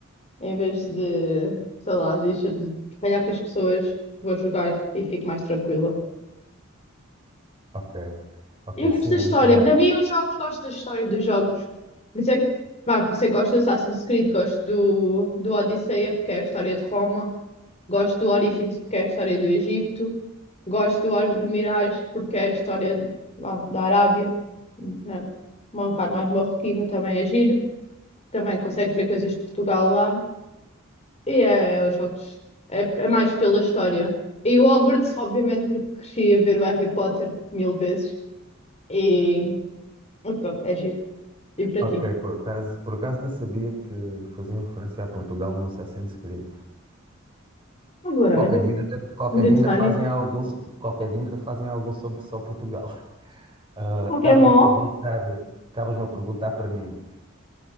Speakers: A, on the left (about 30°); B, on the right (about 25°).
A: em vez de, sei lá, deixa de ralhar com as pessoas, vou jogar e fico mais tranquila.
B: Ok. Ok,
A: E eu gosto
B: sim,
A: da história,
B: a mim também.
A: para mim os jogos, gosto da história dos jogos. Por isso é que, pá, por isso é que gosto do Assassin's Creed, gosto do, do Odisseia, porque é a história de Roma. Gosto do Origins porque é a história do Egito. Gosto do, Or- do Mirage porque é a história de- vá, da Arábia, né? Uma um bocado mais marroquina, também é giro. Também consegues ver coisas de Portugal lá. E é, é os jogos. É, é mais pela história. E o Hogwarts, obviamente, porque cresci a ver o Harry Potter mil vezes. E, e pronto, é giro. E para
B: Ok,
A: ti?
B: por acaso, por acaso não sabia que faziam referência a Portugal no Assassin's Creed.
A: A de laranja,
B: Qualquer dia, ainda- qualquer
A: Mediterrâneo.
B: dia ainda fazem algum, so- qualquer dia ainda fazem algum sobre só Portugal. <laughs> Ah,
A: Pokémon.
B: Estavas-me a perguntar, estavas-me a perguntar para mim.